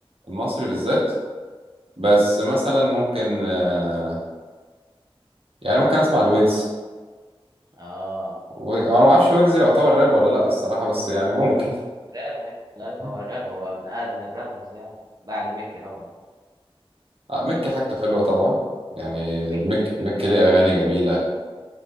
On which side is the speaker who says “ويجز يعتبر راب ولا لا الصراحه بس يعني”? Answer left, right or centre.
Right